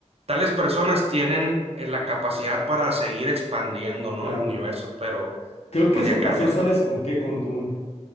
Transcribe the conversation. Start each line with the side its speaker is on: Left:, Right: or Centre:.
Right: tales personas tienen eh, la capacidad para seguir expandiendo, ¿no?
Left: Ya.
Right: El universo, pero
Left: Creo
Right: pues
Left: que eso
Right: ya cambia
Left: pasó, ¿sabes
Right: la cosa.
Left: con qué? Con Dune.